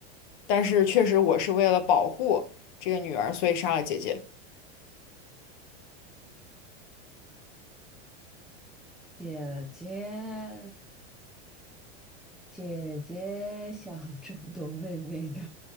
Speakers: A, on the left (about 40°); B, in the centre.
A: 但是确实，我是为了保护这个女儿，所以杀了姐姐。
B: 姐姐姐姐想争夺妹妹的